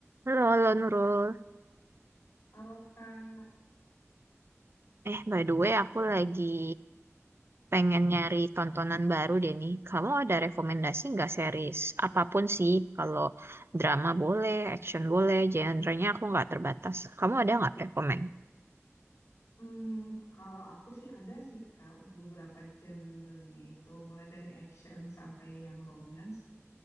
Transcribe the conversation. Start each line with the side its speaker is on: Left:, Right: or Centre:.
Right: Halo, halo Nurul.
Left: Kalau Kak,
Right: Eh, by the way, aku lagi pengen nyari tontonan baru deh nih. Kamu ada rekomendasi nggak series? Apapun sih, kalau drama boleh, action boleh, genre-nya aku nggak terbatas. Kamu ada nggak rekomend?
Left: hmm, kalau aku sih ada sih Kak untuk beberapa genre-nya itu, mulai dari action sampai yang romance,